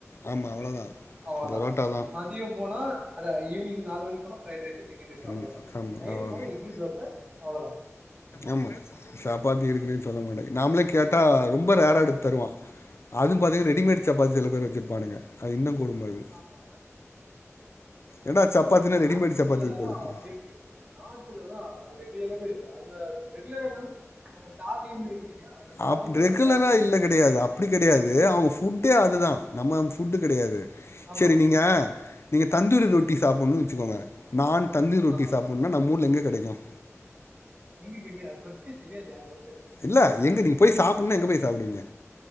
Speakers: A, on the left; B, on the right.
A: ஆமா அவ்வளோதான்
B: அவ்ளோதான்
A: பரோட்டா தான்
B: மதியம் போனா அதான் ஈவினிங் நாலு மணிக்கு போனா ஃப்ரைட் ரைஸ் சிக்கன் ரைஸ் அவ்ளோதான்
A: ம் ஆமா
B: நைட்
A: அவ்வளோதான்
B: போனா இட்லி தோசை அவ்ளோதான்
A: ஆமா சாப்பாத்தி இருக்குனேன்னு சொல்ல மாட்டான் நாமளே கேட்டா ரொம்ப ரேரா எடுத்து தருவான் அது பாத்தீங்க ரெடிமேட் சப்பாத்தி சில பேர் வச்சிருப்பானுங்க அது இன்னும் கொடும அது
B: ஆமா
A: ஏன்டா சப்பாத்தினா
B: ஆனா நார்த்துலதான்
A: ரெடிமேட் சப்பாத்தி போடுவோம்
B: இருக்கு நார்த்துலதான் அது ரெகுலராவே இருக்கு அது ரெகுலரான அவங்க தாலினு இருக்கு இல்லையா அந்த தாலில
A: அ ரெகுலரா
B: சப்பாத்தி
A: இல்ல
B: மிக்ஸ்
A: கிடையாது
B: பண்ணா ஆ
A: அப்படி கிடையாது அவங்க ஃபுட் ட்டே அதுதான் நம்ம ஃபுட்டு கிடையாது
B: ஆமா
A: சரி நீங்க நீங்க தந்தூரி ரொட்டி சாப்பிடணும்னு வச்சுக்கோங்க நான் தந்துரிரொட்டி
B: ஆமா
A: சாப்ட்னா நம் ஊர்ல எங்க கிடைக்கும்
B: எங்க கெடையா அது பத்தி தெரியாது யாருக்கும்
A: இல்ல எங்க நீங்க போய் சாப்ட்னா எங்க போய் சாப்டிவிங்க